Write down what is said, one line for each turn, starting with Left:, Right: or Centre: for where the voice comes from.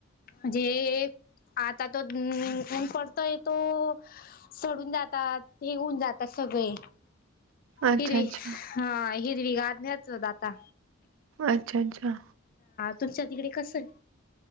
Left: जे. आता तो ऊन पडतोय तो सडून जातात, हे होऊन जात अस सगळे.
Right: अच्छा
Left: हिरवी
Right: अच्छा
Left: हा हिरवी गाढण्याच आता.
Right: अच्छा अच्छा.
Left: तुमच्या तिकडे कसय.